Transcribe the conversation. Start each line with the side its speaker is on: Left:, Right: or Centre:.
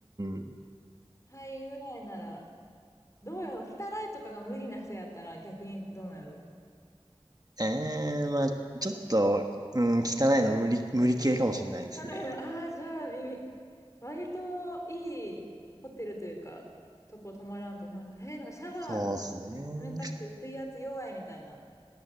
Right: ん。
Left: タイぐらいなら、どうやろう、汚いとかが無理な人やったら逆にどうなんやろ
Right: ええまあ、ちょっと、うん、汚いの無理、無理系かもしれないですね。
Left: なのああ、じゃあ、微妙割といいホテルというか、とこ泊まらんと、なんか、えーなんかシャワー
Right: そうですね。
Left: 冷たくて水圧弱いみたいな。